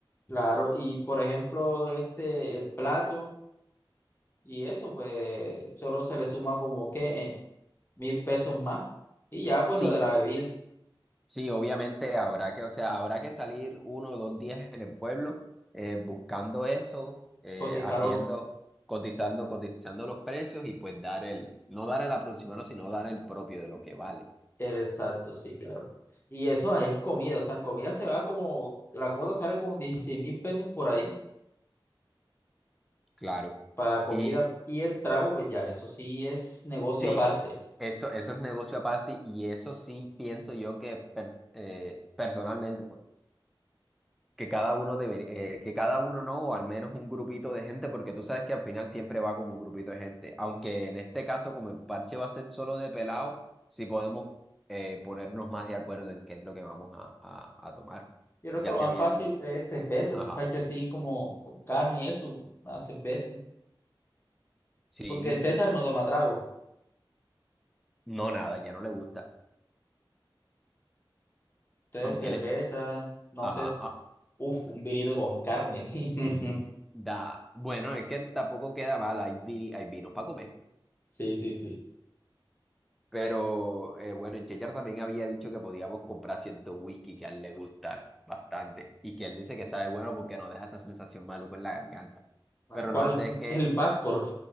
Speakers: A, on the left; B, in the centre.
A: Claro, y por ejemplo, este el plato y eso, pues solo se le suma como que mil pesos más. Y ya, pues
B: Sí,
A: lo de la bebida,
B: Sí, obviamente habrá que, o sea, habrá que salir uno o dos días en el pueblo eh, buscando eso, eh,
A: cotizarlo
B: haciendo, cotizando, cotizando los precios y pues dar el, no dar el aproximado, sino dar el propio de lo que vale.
A: el exacto, sí, claro. Y eso es comida, o sea, en comida se va como, la cuota sale como 16 mil pesos por ahí
B: Claro.
A: para comida
B: Y
A: y el trago, pues ya, eso sí es negocio
B: sí,
A: aparte.
B: eso, eso es negocio aparte y eso sí pienso yo que pers- eh, personalmente, pues. que cada uno debería, eh, que cada uno no, o al menos un grupito de gente, porque tú sabes que al final siempre va como un grupito de gente. Aunque en este caso, como el parche va a ser solo de pelado, sí podemos eh, ponernos más de acuerdo en qué es lo que vamos a, a, a tomar.
A: Yo creo
B: Ya
A: que lo
B: se
A: más
B: había
A: fácil
B: di-
A: es cerveza,
B: Ajá.
A: un pancho así como con carne y eso, una cerveza.
B: Sí,
A: Porque César no toma trago.
B: no nada, ya no le gusta.
A: Entonces,
B: Aunque
A: cerveza,
B: él es-
A: no
B: Ajá,
A: sé, es,
B: ah,
A: uf, un vinito con carne. <laughs>
B: da. Bueno, es que tampoco queda mal, hay, vi- hay vinos para comer.
A: Sí, sí, sí.
B: Pero eh, bueno, el Chechar también había dicho que podíamos comprar cierto whisky que a él le gusta bastante y que él dice que sabe bueno porque nos deja esa sensación maluca en la garganta.
A: Ah,
B: Pero
A: ¿Cuál?
B: no sé, es que
A: El Passport.